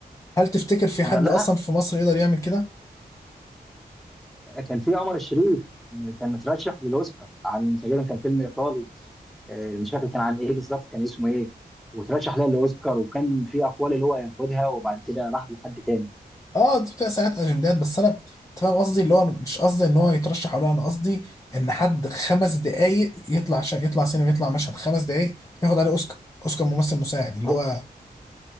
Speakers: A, on the left (about 20°); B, in the centre.
A: هل تفتكر في حد
B: يعني لا
A: اصلا في مصر يقدر يعمل كده
B: كان في عمر الشريف آه، كان مترشح للاوسكار عن تقريبا كان فيلم ايطالي آه، مش فاكر كان عن ايه بالظبط كان اسمه ايه وترشح لها للاوسكار وكان في اقوال اللي هو ياخدها وبعد كده راحت لحد تاني
A: اه انت بتبقى ساعات اجندات بس انا انت فاهم قصدي اللي هو أنا مش قصدي ان هو يترشح ولا انا قصدي ان حد خمس دقايق يطلع شا... يطلع سينما يطلع مشهد خمس دقايق ياخد عليه اوسكار اوسكار ممثل مساعد اللي
B: هو
A: هو